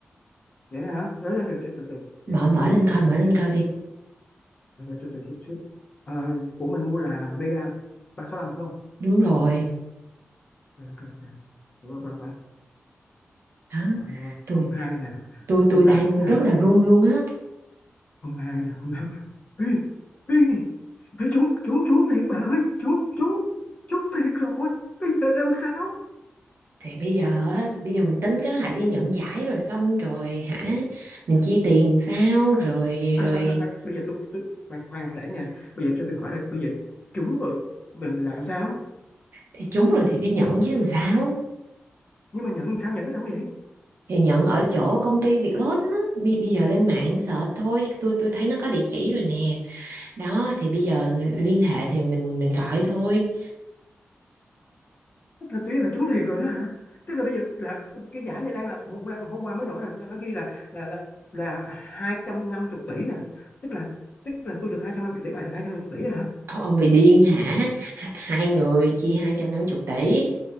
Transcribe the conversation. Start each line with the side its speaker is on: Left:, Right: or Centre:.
Left: vậy hả rồi rồi rồi, từ từ từ.
Right: mở
Left: vậy để
Right: mở
Left: tôi
Right: lên
Left: coi
Right: coi
Left: lại coi
Right: mở lên coi đi
Left: Rồi, rồi, từ từ chút xíu Ờ, của mình mua là mega 365 phải không
Right: đúng rồi
Left: ok ok ok rồi rồi rồi
Right: đó
Left: ờ,
Right: tôi
Left: không hai nè
Right: tôi tôi
Left: không
Right: đang
Left: tám nè
Right: rất là run luôn á
Left: không hai nè không tám Ê, ê, ê, trúng trúng trúng thiệt bà ơi trúng trúng trúng thiệt rồi bây giờ làm sao
Right: thì bây giờ á, bây giờ mình tính kế hoạch đi nhận giải rồi xong rồi hả mình chi tiền sao
Left: khoan
Right: rồi rồi
Left: khoan khoan, khoan. khoan. bây giờ tôi tôi khoan khoan đã nha bây giờ cho tôi hỏi là bây giờ trúng rồi mình làm sao
Right: thì trúng rồi thì đi nhận chứ làm sao
Left: nhưng mà nhận sao nhận ở đâu vậy
Right: thì nhận ở chỗ công ty Việt Lốt á bây, bây giờ lên mạng search thôi tôi tôi thấy nó có địa chỉ rồi nè đó thì bây giờ liên hệ thì mình mình gọi thôi
Left: Tức là tí là trúng thiệt rồi đó hả tức là bây giờ là cái giải này đang là một nay hôm qua mới nổi là nó ghi là là là là 250 tỷ nè tức là tức là tôi được 250 tỷ bà được 250 tỷ hả
Right: ông, ông bị điên hả H- hai người chia 250 tỷ